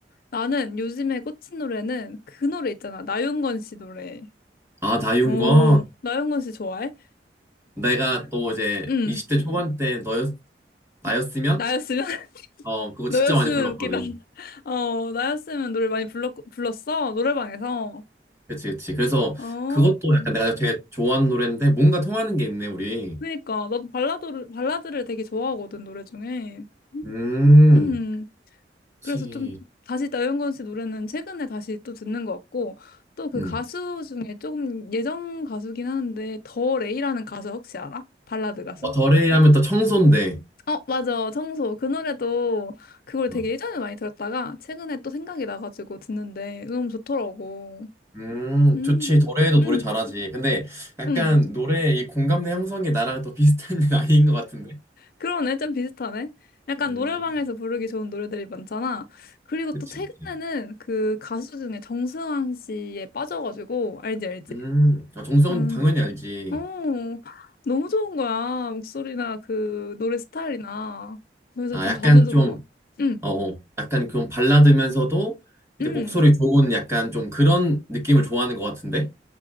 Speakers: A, on the left; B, on the right.
A: 나는 요즘에 꽂힌 노래는 그 노래 있잖아. 나윤건 씨 노래.
B: 아, 나윤건
A: 오, 나윤건 씨 좋아해?
B: 내가 또 이제
A: 음.
B: 20대 초반 때 너였 나였으면
A: 나, 나였으면?
B: 어 그거
A: 너였으면
B: 진짜 많이 불렀거든.
A: 웃기다. <laughs> 어, 나였으면 노래 많이 불렀, 불렀어? 노래방에서.
B: 그치 그치. 그래서
A: 어,
B: 그것도
A: 음.
B: 약간 내가 되게 좋아하는 노래인데 뭔가 통하는 게 있네 우리.
A: 그러니까. 나도 발라드를, 발라드를 되게 좋아하거든, 노래 중에.
B: 음,
A: 음.
B: 그치.
A: 그래서 좀 다시 나윤건 씨 노래는 최근에 다시 또 듣는 것 같고, 또 그
B: 음.
A: 가수 중에 조금 예전 가수긴 하는데, 더 레이라는 가수 혹시 알아? 발라드 가수?
B: 어, 더레이 하면 또 청소인데.
A: 어, 맞아. 청소. 그 노래도 그걸
B: 어.
A: 되게 예전에 많이 들었다가, 최근에 또 생각이 나가지고 듣는데, 너무 좋더라고.
B: 음,
A: 음.
B: 좋지. 더레이도
A: 음.
B: 노래 잘하지. 근데 약간
A: 응,
B: 노래 이 공감대 형성이 나랑 또 비슷한 <laughs> 나이인 것 같은데.
A: 그러네. 좀 비슷하네. 약간
B: 음,
A: 노래방에서 부르기 좋은 노래들이 많잖아. 그리고
B: 그치,
A: 또 최근에는
B: 그치.
A: 그 가수 중에 정승환 씨에 빠져가지고, 알지, 알지?
B: 음, 아, 정성은
A: 응.
B: 당연히 알지.
A: 오, 너무 좋은 거야. 목소리나 그 노래 스타일이나. 그래서
B: 아,
A: 좀
B: 약간
A: 자주
B: 음.
A: 듣고.
B: 좀,
A: 응,
B: 어, 어, 약간 좀 발라드면서도 이제
A: 응.
B: 목소리 좋은 약간 좀 그런 느낌을 좋아하는 것 같은데.